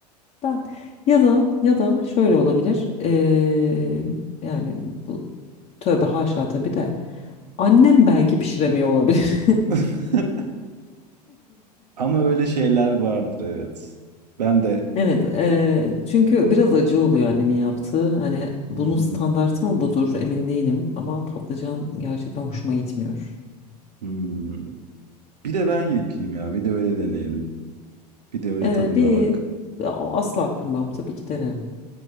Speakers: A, on the left; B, on the right.
A: Ben ya da ya da şöyle olabilir. e, yani bu tövbe haşa tabii de annem belki pişiremiyor olabilir.
B: <laughs> Ama öyle şeyler vardır evet. Ben de
A: Evet, eee, çünkü biraz acı oluyor annemin yaptığı. Hani bunun
B: Hı hı.
A: standartı mı budur emin değilim ama patlıcan gerçekten hoşuma gitmiyor.
B: Hmm. Bir de ben yapayım ya. Bir de öyle deneyelim. Bir de öyle
A: Eee,
B: tadına
A: bir
B: bak.
A: asla kırmam tabii ki denerim.